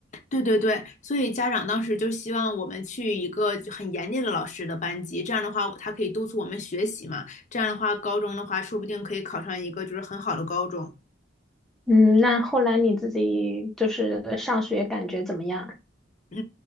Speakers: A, on the left; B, in the centre.
A: 对对对，所以家长当时就希望我们去一个就很严厉的老师的班级，这样的话他可以督促我们学习嘛，这样的话高中的话说不定可以考上一个就是很好的高中。
B: 嗯，那后来你自己就是上学感觉怎么样？
A: 嗯，